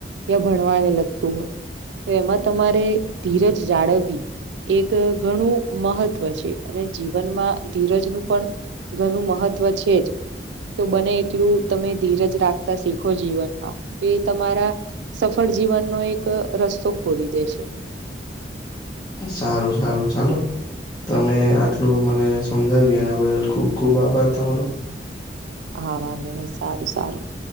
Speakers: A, on the right; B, on the left.
A: યા ભણવાને લગતું હોય તો એમાં તમારે ધીરજ જાળવવી, એક ઘણું મહત્વ છે અને જીવનમાં ધીરજનું પણ ઘણું મહત્વ છે જ તો બને એટલું તમે ધીરજ રાખતા શીખો જીવનમાં એ તમારા સફળ જીવનનો એક રસ્તો ખોલી દે છે
B: સારું સારું ચાલો તમે આટલું મને સમજાવીજયો એના બદલ ખુબ ખુબ આભાર તમારો
A: હા વાંધો નહી સારું સારું